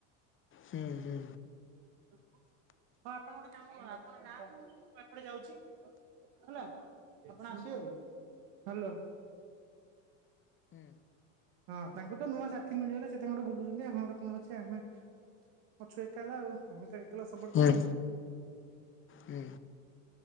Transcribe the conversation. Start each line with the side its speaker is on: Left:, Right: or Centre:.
Left: ହୁଁ ହୁଁ
Right: ହଉ ଆପଣ ଗୋଟେ କାମ କର ଆପଣ ଗାଁକୁ ମୁଁ ମୁଁ ଏପଟେ ଯାଉଚି ହେଲା ଆପଣ ଆସିବେ ହ୍ୟାଲୋ। ହଁ ତାଙ୍କୁ ତ ନୂଆ ସାଥି ମିଳିଗଲା ସେ ତାଙ୍କର ବୁଲୁଚନ୍ତି ଆମର କଁ ଅଛି ଆମେ ଅଛୁ ଏକାଲା ହେଲା ଆଉ ଆମେ ତ ଏକାଲା ସବୁବେଳେ
Left: ହୁଁ ହୁଁ
Right: ପାଇଁ ଆଉ।
Left: ହୁଁ।